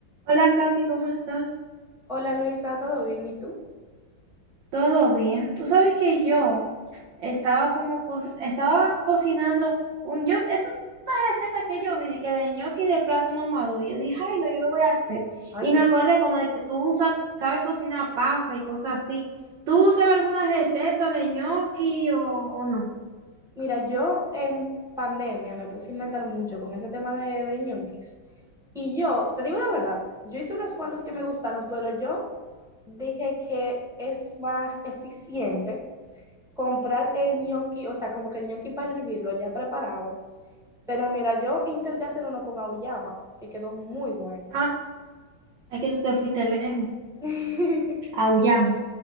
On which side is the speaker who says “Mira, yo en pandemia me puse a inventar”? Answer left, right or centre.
Centre